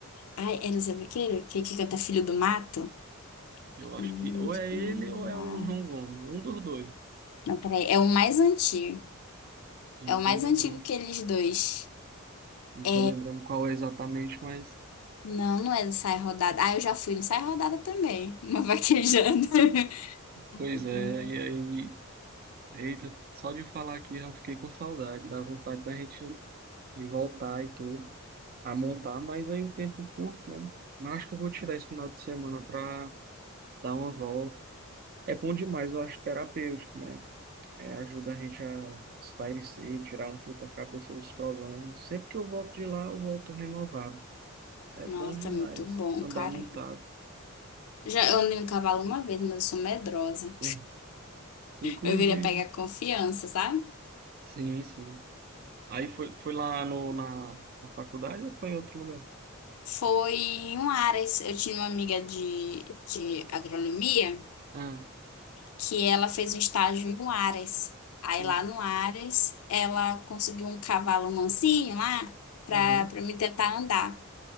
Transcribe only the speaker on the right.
Eu
acho que ou é
ele ou é
o João Gomes, um dos dois.
Eu
não
tô
lembrando.
Não
tô lembrando qual é exatamente, mas
pois é,
e aí, eita, só de falar aqui já fiquei com saudade, dá vontade da gente de voltar e tudo, a montar, mas aí o tempo é curto, né? Mas acho que eu vou tirar esse final de semana pra dar uma volta. É bom demais, eu acho terapêutico, né? É, ajuda a gente a espairecer, tirar um pouco a cabeça dos problemas. Sempre que eu volto de lá, eu volto renovado. É
bom demais
andar
montado.
Hum, Inclusive,
sim, sim. Aí foi, foi lá no, na, na faculdade ou foi em outro lugar?
Ah,
sim.
Aham.